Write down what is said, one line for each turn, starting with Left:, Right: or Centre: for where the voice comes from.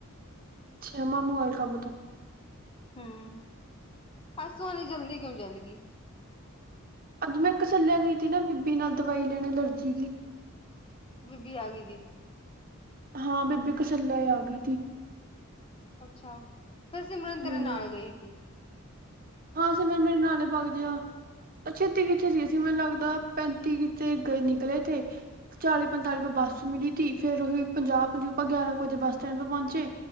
Right: ਅੱਛਾ ਮਾਮੂੰ ਆਏ ਕੰਮ ਤੋਂ
Left: ਹੂੰ, ਪਰਸੋਂ ਏਨੀ ਜਲਦੀ ਕਿਉਂ ਚਲਗੀ।
Right: ਅੱਜ ਮੈਂ ਇਕਸੱਲਿਆ ਗਈ ਸੀ ਥੀ ਨਾ ਬੀਬੀ ਨਾਲ ਦਵਾਈ ਲੈਨੇ ਐਲਰਜੀ ਕੀ।
Left: ਬੀਬੀ ਆਗੀ ਥੀ।
Right: ਹਾਂ ਬੀਬੀ ਕਸੱਲਿਆ ਈ ਆ ਗਈ ਥੀ।
Left: ਅੱਛਾ, ਫੇਰ ਸਿਮਰਨ ਤੇਰੇ
Right: ਹੂੰ।
Left: ਨਾਲ ਗਈ ਤੀ।
Right: ਹਾਂ, ਸਿਮਰਨ ਮੇਰੇ ਨਾਲੇ ਬਾੳ ਜੀ ਆ ਛੇਤੀ ਕਿੱਥੇ ਸੀ ਅਸੀਂ ਮੈਨੂੰ ਲੱਗਦਾ ਪੈਂਤੀ ਕਿੱਤੇ ਗਏ ਨਿਕਲੇ ਥੇ। ਚਾਲੀ ਪੰਤਾਲੀ
Left: ਹੂੰ,
Right: ਪਰ ਬੱਸ ਮਿਲੀ ਤੀ ਫੇਰ ਉਹੀ ਪੰਜਾਹ ਪੰਜੂਾਂ ਗਿਆਰਾਂ ਕੁ ਵਜੇ ਬੱਸ ਸਟੈਂਡ ਪੇ ਪਹੁੰਚੇ।